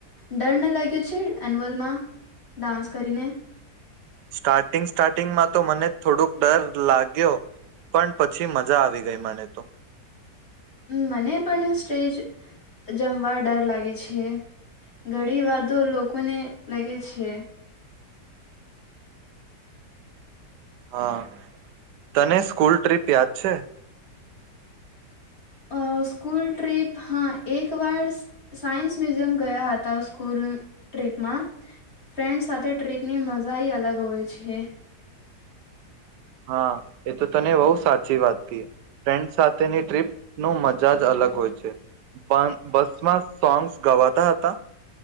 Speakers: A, on the left (about 35°); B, on the right (about 75°).
A: ડર ના લાગે છે, એન્યુઅલમાં ડાન્સ કરીને.
B: સ્ટાર્ટિંગ સ્ટાર્ટિંગમાં તો મને થોડોક ડર લાગ્યો પણ પછી મજા આવી ગઈ મને તો.
A: મા મને પણ સ્ટેજ <unintelligible> ડર લાગે છે, ઘણી વાતો લોકોને લાગે છે.
B: હા તને સ્કૂલ ટ્રીપ યાદ છે.
A: અ સ્કૂલ ટ્રીપ હા એક વાર સાયન્સ મ્યુઝિયમ ગયા હતા, સ્કૂલ ટ્રીપમાં ફ્રેન્ડ્સ સાથે ટ્રીપની મજા એ અલગ હોય છે.
B: હા એ તો તને બહુ સાચી વાત કે ફ્રેન્ડ સાથેની ટ્રીપ નું મજા જ અલગ હોય છે, પણ બસમાં સોન્ગ્સ ગવાતા હતા.